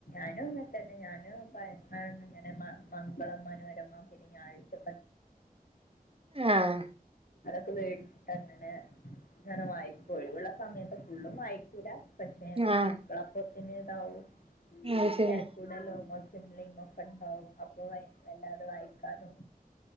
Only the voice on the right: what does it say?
ആഹ്
ആഹ്
അത് ശരി